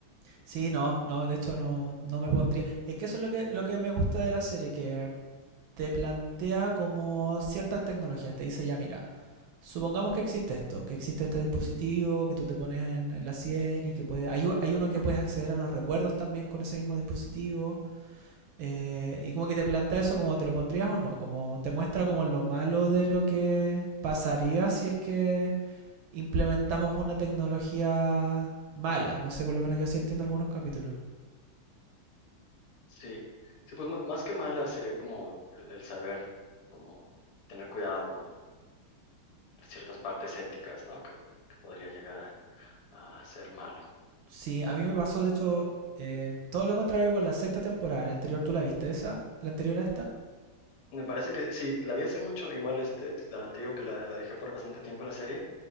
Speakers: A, on the right; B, on the left.
A: Sí, no, no, de hecho no, no me pondría. Es que eso es lo que, lo que me gusta de la serie, que te plantea como ciertas tecnologías, te dice ya mira, supongamos que existe esto, que existe este dispositivo que tú te pones en, en la 100 y que puede, hay, hay uno que puedes acceder a los recuerdos también con ese mismo dispositivo eh, y como que te plantea eso como te lo pondrías o no, como te muestra como lo malo de lo que pasaría si es que implementamos una tecnología mala, no sé, por lo menos yo así entiendo algunos capítulos.
B: Sí, sí, pues ma- más que mala sería como el, el saber, como tener cuidado con ciertas partes éticas, ¿no? Que, que podría llegar a, a ser malo.
A: Sí, a mí me pasó, de hecho, eh, todo lo contrario con la sexta temporada. La anterior, ¿tú la viste esa? ¿La anterior a esta?
B: Me parece que sí, la vi hace mucho, igual este, la, te digo que la, la dejé por bastante tiempo la serie.